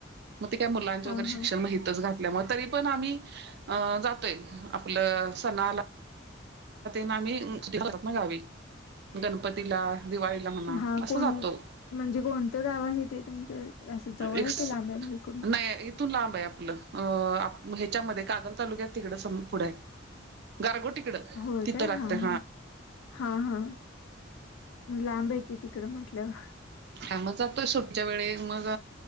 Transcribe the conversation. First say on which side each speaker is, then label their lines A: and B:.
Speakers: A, on the right; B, on the left.
A: मग का मुला
B: हा
A: शिक्षण
B: हा
A: माहितच घातल्यामुळे त पण आम्ही अ जातोय आपलं सणाला ना आम्ही दिात ना गावी गणपतीला दिवाळीला म्हणा
B: हा
A: असं
B: कोण
A: जातो.
B: म्हणजे कोणतं गाव आहे ते तुमचं असं जवळ
A: एक
B: आहे की लांब्या मुकडून
A: नाही इथून लांब आहे आपलं अ ह्याच्यामध्ये कागल तालुक्यात तिकडं पुढे गारगो तिकडं.
B: होय
A: तिथं
B: काय
A: लागतं
B: हा हा हा हा. मग लांब आहे कि तिकड म्हंटलंवर
A: ह म जातोय सुटच्या वेळी मग